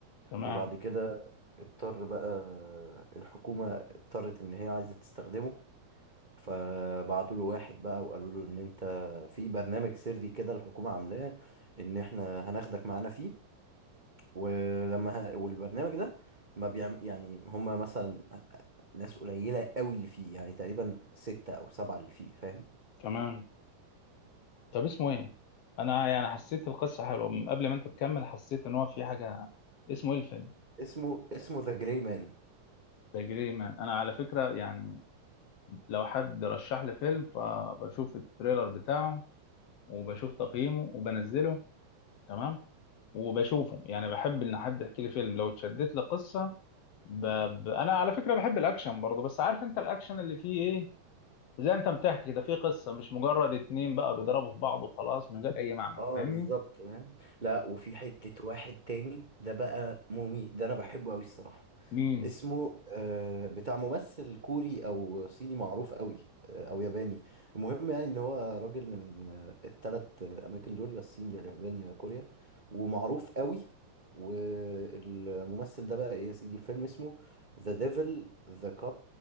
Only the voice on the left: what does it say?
تمام
تمام طب اسمه ايه انا يعني حسيت القصه حلوه من قبل ما انت تكمل حسيت ان هو في حاجه اسمه ايه الفيلم
ذا جري مان انا على فكره يعني لو حد رشح لي فيلم فبشوف التريلر بتاعه وبشوف تقييمه وبنزله تمام وبشوفه يعني بحب ان حد يحكي لي فيلم لو اتشدت لقصه ب... ب... انا على فكره بحب الاكشن برضه بس عارف انت الاكشن اللي فيه ايه زي انت بتحكي ده فيه قصه مش مجرد اتنين بقى بيضربوا في بعض وخلاص من غير اي معنى
فاهمني
مين